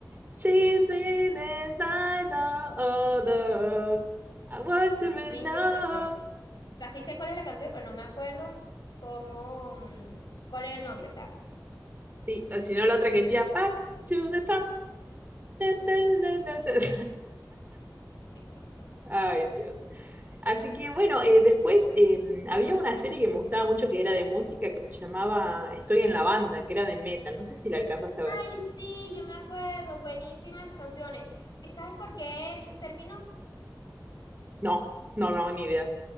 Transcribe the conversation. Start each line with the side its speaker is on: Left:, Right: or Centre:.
Right: She's in is like no other. I want
Left: sinceramente
Right: to be know.
Left: no me acuerdo. Casi sé cuál es la canción, pero no me acuerdo cómo, mm, cuál era el nombre, o sea.
Right: Sí, o si no, la otra que decía Back to the top. <laughs>
Left: <laughs> ¿Qué pasa?
Right: Ay, Dios. Así que bueno, eh, después eh, había una serie que me gustaba mucho que era de música que se llamaba Estoy en la banda, que era de metal. No sé si la alcanzaste a
Left: Ay,
Right: ver.
Left: sí, yo me acuerdo, buenísimas las canciones. Sí, ¿sabes por qué termino?
Right: No, no, no, ni
Left: Mira,
Right: idea.